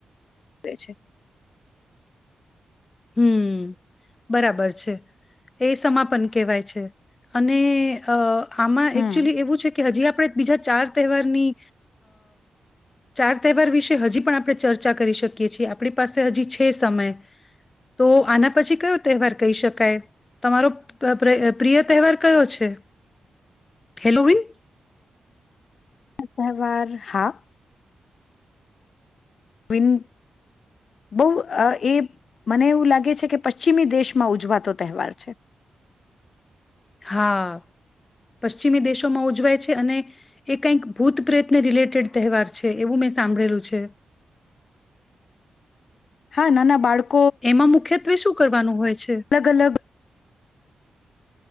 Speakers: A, on the left (about 50°); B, on the left (about 25°).
A: છે
B: હમ બરાબર છે એ સમાપન કહેવાય છે અને એ આમાં
A: હમ.
B: એકક્ચ્યુઅલી એવું છે કે હજી આપ આપણે બીજા ચાર તહેવારની ચાર તહેવાર વિશે હજી પણ આપણે ચર્ચા કરી શકીએ છીએ આપણી પાસે હજી છે સમય તો આના પછી કયો તહેવાર કહી શકાય તમારો પ્રિય તહેવાર કયો છે હેલો વિન
A: <inaudible> ન બહુ એ મને એવું લાગે છે કે પશ્ચિમી દેશમાં ઉજવાતો તહેવાર છે
B: હા પશ્ચિમી દેશોમાં ઉજવાય છે અને એ કંઈક ભૂત પ્રયત્ન રિલેટેડ તહેવાર છે એવું મેં સાંભળેલું છે
A: હા ના બાળકો
B: એમાં મુખ્યત્વે શું કરવાનું હોય છે
A: અલગ અલગ